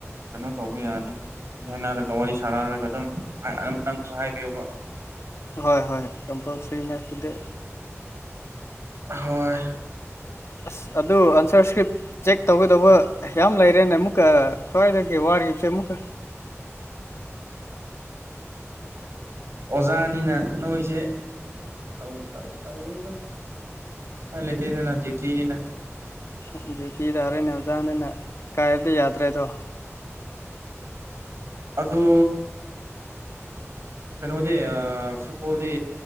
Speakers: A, on the right (about 60°); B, on the left (about 60°).
A: ꯀꯩꯅꯣ ꯇꯧꯕ ꯌꯥꯅꯤ ꯗꯨꯝ ꯃꯤ ꯍꯥꯏꯅꯔꯒ ꯋꯥꯔꯤ ꯁꯥꯅꯔꯒ ꯑꯗꯨꯝ ꯍꯥꯏ ꯑꯗꯨꯝ ꯅꯪꯅꯁꯨ ꯍꯥꯏꯕꯤꯌꯣꯕ
B: ꯍꯣꯏ ꯍꯣꯏ ꯀꯝꯄꯜꯁꯔꯤꯅꯦ ꯑꯗꯨꯗꯤ
A: ꯍꯣꯏ
B: ꯑꯁ ꯑꯗꯨ ꯑꯟꯁꯔ ꯁꯀ꯭ꯔꯤꯞ ꯆꯦꯛ ꯇꯧꯒꯗꯧꯕ ꯌꯥꯝ ꯂꯩꯔꯦꯅꯦ ꯃꯨꯛꯀ ꯊꯥꯏꯅꯒꯤ ꯋꯥꯔꯤꯁꯦ ꯃꯨꯛꯀ
A: ꯑꯣꯖꯥꯅꯤꯅ ꯅꯣꯏꯁꯦ ꯇꯧ ꯇꯧ ꯇꯧꯋꯦ ꯑꯗꯨꯝ ꯎꯄꯥꯏ ꯂꯩꯇꯦꯗꯅ ꯗ꯭ꯌꯨꯇꯤꯅꯤꯅ
B: ꯑꯗꯨ ꯄꯤ ꯇꯥꯔꯦꯅꯦ ꯑꯣꯖꯥꯅꯤꯅ ꯀꯥꯏꯕꯗꯤ ꯌꯥꯗ꯭ꯔꯦꯗꯣ
A: ꯑꯗꯨ ꯀꯩꯅꯣꯗꯤ ꯑꯥ ꯐꯨꯠꯕꯣꯜꯗꯤ